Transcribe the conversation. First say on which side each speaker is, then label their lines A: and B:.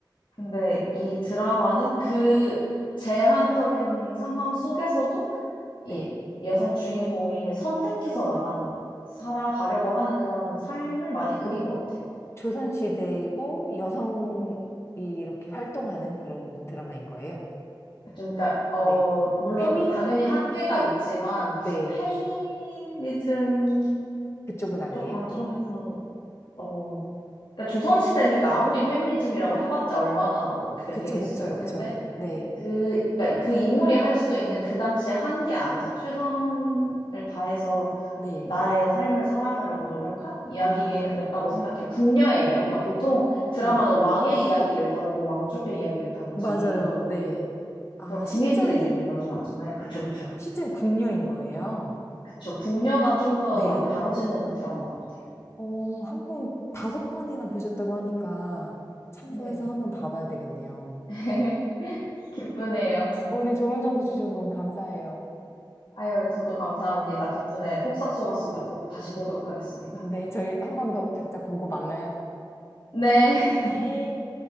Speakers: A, on the left (about 75°); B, on the left (about 35°).
A: 근데 이 드라마는 그 제한적인 상황 속에서도 이
B: 네.
A: 여성 주인공이 선택해서 나간, 살아가려고 하는 그런 삶을 많이 그린 것 같아요.
B: 조선시대고 여성이 이렇게 활동하는 그런 드라마인 거예요.
A: 좀, 그러니까, 어,
B: 네.
A: 물론
B: 태미?
A: 당연히 한계가 있지만,
B: 네.
A: 페미니즘
B: 그쪽은 아니에요.
A: 적 관점에서, 어, 그러니까 조선시대니까 아무리 페미니즘이라고 해봤자 얼마나 뭐 그게
B: 그쵸,
A: 되겠어요.
B: 그쵸, 그쵸.
A: 근데
B: 네.
A: 그, 그러니까 그 인물이 할 수 있는 그 당시의 한계 안에서 최선을 다해서
B: 네.
A: 나의 삶을 살아가려고 노력한 이야기였다고
B: 아,
A: 생각해요. 궁녀의 이야기. 그러니까 보통 드라마는
B: 네.
A: 왕의 이야기를 다루고 왕족의 이야기를 다루지
B: 맞아요. 네. 아,
A: 그런 군인들의
B: 시점이,
A: 이야기를 다루진 않잖아요. 그쵸, 그쵸.
B: 시점이 궁녀인 거예요.
A: 그쵸. 궁녀가 좀 더
B: 네.
A: 많이 다뤄지는 드라마인 것 같아요.
B: 어, 한 번, 다섯 번이나 보셨다고 하니까 참고해서
A: 네.
B: 한번 봐봐야 되겠네요.
A: <laughs> 기쁘네요.
B: 오늘 좋은 정보 주셔서 너무 감사해요.
A: 아유, 저도 감사합니다. 덕분에 폭삭 속았수다 꼭 다시 보도록 하겠습니다.
B: 네, 저희 한 번 더 각자 보고 만나요.
A: 네.
B: 네.